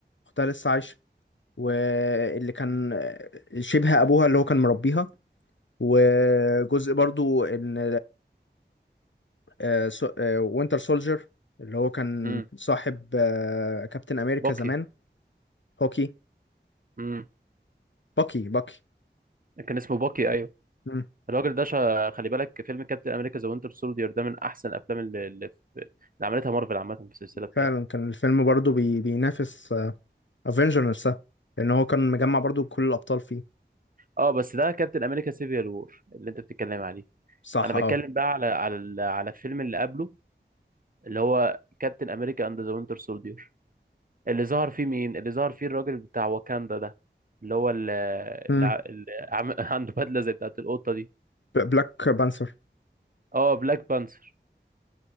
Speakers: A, on the left (about 80°); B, on the right (about 50°).
A: اختها لسه عايشة واللي كان آه، شبه ابوها اللي هو كان مربيها وجزء برضو ان آه، سو- آه، وينتر سولجر اللي هو كان
B: امم
A: صاحب آه، كابتن امريكا
B: باكي
A: زمان هوكي
B: امم
A: باكي باكي
B: كان اسمه باكي ايوه
A: مم.
B: الراجل ده شا... خلي بالك فيلم كابتن امريكا ذا وينتر سولدير ده من احسن الافلام اللي, اللي, اللي عملتها مارفل عامه في السلسله بتاعتها
A: فعلا كان الفيلم برضو بي- بينافس افنجر نفسها لان هو كان مجمع برضو كل الابطال فيه
B: اه بس ده كابتن امريكا سيفيال وور اللي انت بتتكلم عليه
A: صح
B: انا بتكلم
A: اه
B: بقى على على ال- على الفيلم اللي قبله اللي هو كابتن امريكا اند ذا وينتر سولدير اللي ظهر فيه مين اللي ظهر فيه الراجل بتاع واكاندا ده اللي هو اللي,
A: امم
B: اللي عم... <laughs> عنده بدله زي بتاعت القطه دي
A: بلاك بانثر
B: اه بلاك بانثر